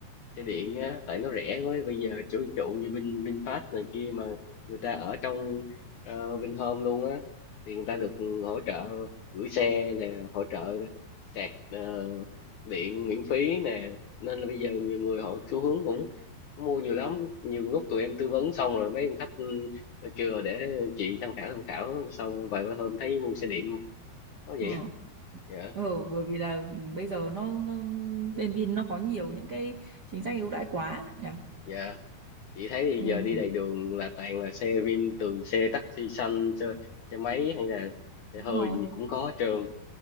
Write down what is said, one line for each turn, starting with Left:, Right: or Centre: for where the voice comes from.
Left: xe điện á tại nó rẻ với bây giờ chủ ví dụ như Vin VinFast này kia mà người ta ở trong ờ, Vinhome luôn á thì người ta được hỗ trợ gửi xe nè hỗ trợ sạc ờ, điện miễn phí nè nên là bây giờ nhiều người họ xu hướng cũng mua nhiều lắm nhiều lúc tụi em tư vấn xong rồi mấy ông khách ừ, kêu là để chị tham khảo tham khảo xong vài ba hôm thấy mua xe điện có vậy
Right: ừ.
Left: á dạ
Right: ừ bởi vì là bây giờ nó, nó bên Vin nó có nhiều những cái chính sách ưu đãi quá nhỉ
Left: dạ chị thấy thì
Right: nên
Left: giờ đi đầy đường là toàn là xe Vin từ xe taxi xanh cho xe máy hay là xe
Right: đúng
Left: hơi
Right: rồi
Left: gì cũng có hết trơn